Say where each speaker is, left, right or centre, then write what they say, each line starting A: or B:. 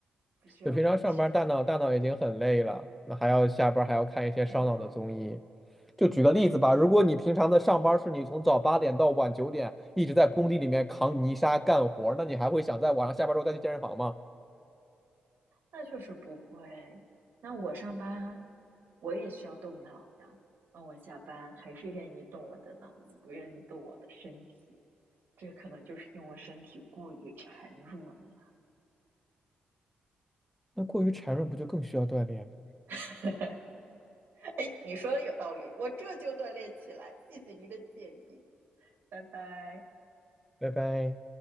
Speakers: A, on the right; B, in the centre.
A: 不需要再去健。
B: 就平常上班儿大脑大脑已经很累了，那还要下班儿还要看一些烧脑的综艺。
A: 嗯，是呢，
B: 就举个例子吧，
A: 是呢。
B: 如果你平常的上班儿是你从早八点到晚九点一直在工地里面扛泥沙干活儿那你还会想在晚上下班儿之后再去健身房吗？
A: 那就是不会。那我上班，我也需要动脑呀。那我下班还是愿意动我的脑子，不愿意动我的身体。这可能就是因为我身体过于孱弱了。
B: 那过于孱弱不就更需要锻炼吗？
A: <laughs> 哎，你说的有道理，我这就锻炼起来。谢谢您的建议，拜拜。
B: 拜拜。